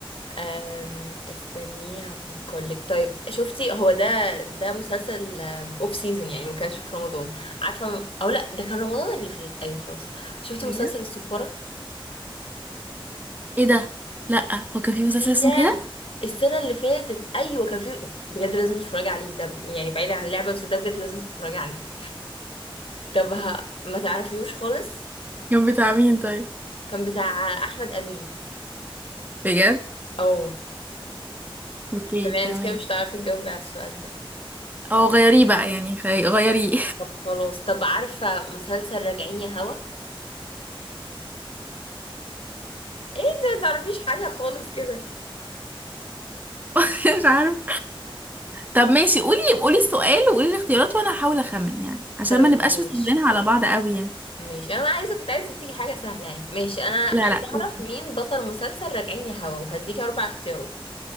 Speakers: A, on the left; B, on the right.
A: أم استنيه افكر لك طيب شفتي هو ده ده مسلسل اوف سيزون يعني ما كانش في رمضان عارفه او لا ده كان رمضان اللي فات ايوه خلاص شفتي
B: بجد؟
A: مسلسل السفاره
B: ايه ده لا هو كان في مسلسل
A: ايه
B: اسمه
A: ده
B: كده
A: السنه اللي فاتت ايوه كان في بجد لازم تتفرجي عليه ده يعني بعيد عن اللعبه بس ده بجد لازم تتفرجي عليه طب ه- ما تعرفيوش خالص
B: كان بتاع مين طيب
A: كان بتاع احمد امين
B: بجد؟
A: او
B: اوكي
A: طب يعني
B: تمام
A: انت كده مش هتعرفي تجاوبي على السؤال ده
B: او غيريه بقى يعني خي- غيريه
A: طب خلاص طب عارفه مسلسل راجعين يا هوا ايه انت ما تعرفيش حاجة خالص كده
B: <laughs> مش عارفة طب ماشي قولي قولي السؤال وقولي الاختيارات وانا هحاول اخمن يعني عشان
A: طيب
B: ما نبقاش
A: ماشي
B: مسهلينها على بعض قوي يعني
A: ماشي انا عايزة كنت عايزة اديكي حاجة سهلة يعني ماشي انا عايزة
B: لا لا قولي
A: اعرف مين بطل مسلسل راجعين يا هوا وهديكي اربع اختيارات